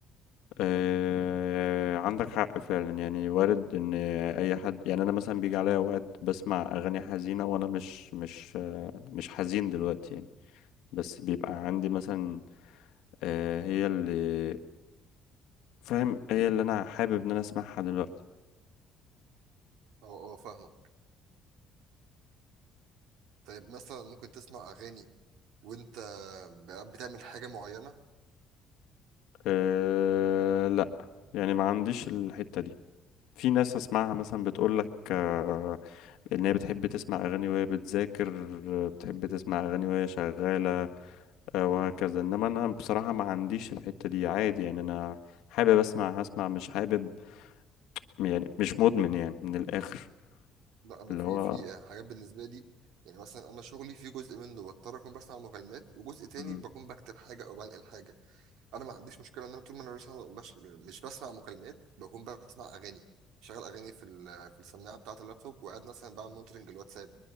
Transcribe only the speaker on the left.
آه، عندك حق فعلا يعني وارد ان اي حد يعني انا مثلا بيجي عليا اوقات بسمع اغاني حزينه وانا مش مش مش حزين دلوقتي يعني بس بيبقى عندي مثلا آه، هي اللي فاهم هي اللي انا حابب ان انا اسمعها دلوقتي
أه لا يعني ما عنديش الحته دي في ناس اسمعها مثلا بتقول لك آه، ان هي بتحب تسمع اغاني وهي بتذاكر بتحب تسمع اغاني وهي شغاله آه، وهكذا انما انا بصراحة ما عنديش الحتة دي عادي يعني انا حابب اسمع هسمع مش حابب يعني مش مدمن يعني من الاخر
اللي
هو
مم.